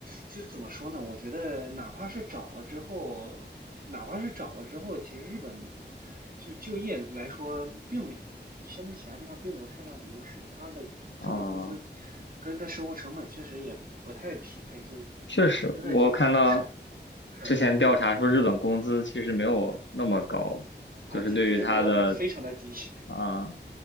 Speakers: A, on the right; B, on the left.
A: 就是怎么说呢？我觉得哪怕是找了之后。哪怕是找了之后，其实日本就就业来说，并没相对其他地方并没有太大的优势，他的挣的工资
B: 啊、
A: 跟他生活成本确实也不太匹配，就是
B: 确实，
A: 真的就是
B: 我看到
A: 是
B: 之前调查说日本工资其实没有那么高，
A: 啊，
B: 就是对于它的
A: 这不是没有那么非常的低，
B: 啊、